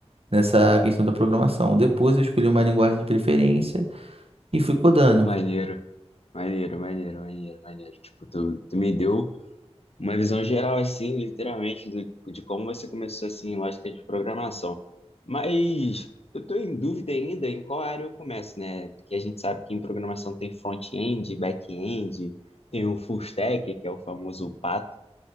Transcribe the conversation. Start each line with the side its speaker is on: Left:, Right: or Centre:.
Right: Nessa questão da programação. Depois, eu escolhi uma linguagem de preferência e fui codando.
Left: Maneiro, maneiro, maneiro, maneiro, maneiro. Tipo, tu, tu me deu uma visão geral, assim, literalmente, do, de como você começou, assim, em lógica de programação. Mas eu tô em dúvida ainda em qual área eu começo, né? Porque a gente sabe que em programação tem front-end, back-end, tem o full stack, que é o famoso pato,